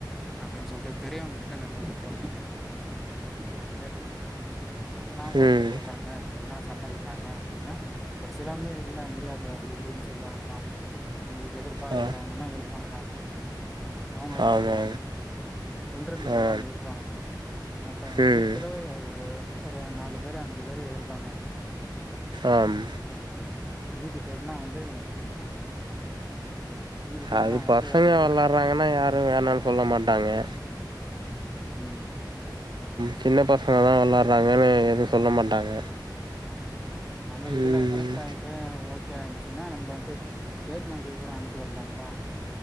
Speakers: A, in the centre; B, on the right.
A: அப்படின்னு சொல்லிட்டு பெரியவங்க கிட்ட நம்ம ஒப்பீனியன் கருத்து ஒன்னு கேட்டுக்குவோ நா ஓகே
B: ம்
A: சொல்ற எல்லா சம்மதிக்கிறாங்க அப்படின்னா ஒரு சிலவங்க இல்ல முடியாது அப்படி இப்படின்னு சொல்லுவாங்கதா நம்புளுக்கு எதிர்ப்பார்க்குறாங்கன்னா
B: ஆ
A: இருப்பாங்கதா அவுங்கள உட்ருவோ
B: ஆமா
A: ஒன்ரெண்டு பேர
B: ஆ
A: தா எதுர்ப்பாங்க மத்தவங்க
B: ம்
A: நூத்துல ஒரு ஒரு நாலு பேரு அஞ்சு பேரு எதுர்ப்பாங்க
B: ஆம்
A: மீதி பேர்ல்லா வந்து மீதி பேர்லா
B: அது
A: வந்து
B: பசங்க
A: அது எதிர்க்கு
B: விள்ளாட்றாங்கன்னா யாரு வேனான் சொல்ல மாட்டாங்கெ
A: ம்
B: சின்ன பசங்க தா விள்ளாடுறாங்கன்னு எது சொல்ல மாட்டாங்க
A: நம்ம இதுல
B: ம்
A: செலெக்ட் ஆயிட்டு ஓக்கே ஆயிடுச்சுன்னா நம்ப வந்து ஸ்டேட் மேட்ச் கூட அனுப்பி உட்லாம்ப்பா